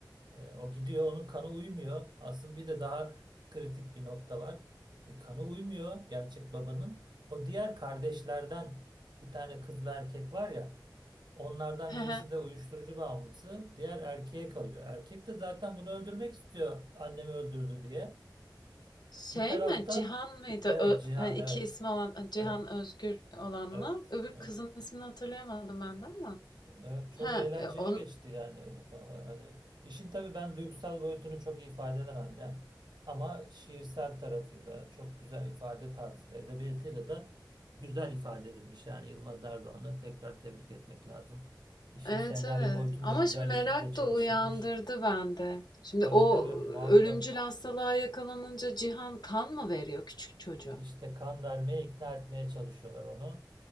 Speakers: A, on the right (about 70°); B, on the left (about 65°).
A: E, o gidiyor, onun kanı uymuyor. Asıl bir de daha kritik bir nokta var. E, kanı uymuyor gerçek babanın. O diğer kardeşlerden bir tane kız ve erkek var ya, onlardan
B: He
A: birisi
B: he.
A: de uyuşturucu bağımlısı, diğer erkeğe kalıyor. Erkek de zaten bunu öldürmek istiyor, annemi öldürdü diye.
B: Şey
A: Bir taraftan,
B: mi? Cihan mıydı?
A: evet
B: Ö
A: Cihan,
B: hani iki
A: evet,
B: ismi olan Cihan
A: evet,
B: Özgür olanla.
A: evet.
B: Öbür
A: evet.
B: kızın ismini hatırlayamadım ben de ama.
A: Evet çok
B: He,
A: eğlenceli
B: e, on,
A: geçti yani Valla hani işin tabii ben duygusal boyutunu çok iyi ifade edemem yani ama şiirsel tarafıyla çok güzel ifade tarzıyla edebiyatıyla da güzel ifade edilmiş yani Yılmaz Erdoğan'ı tekrar tebrik etmek lazım. İşin
B: evet
A: senaryo
B: evet.
A: boyutunda
B: Ama
A: güzel
B: şimdi merak
A: ekiple çalışılmış.
B: da uyandırdı bende. Şimdi
A: Tabii
B: o
A: tabii muhakkak
B: ölümcül hastalığa yakalanınca Cihan kan mı veriyor küçük çocuğa?
A: işte kan vermeye ikna etmeye çalışıyorlar onu.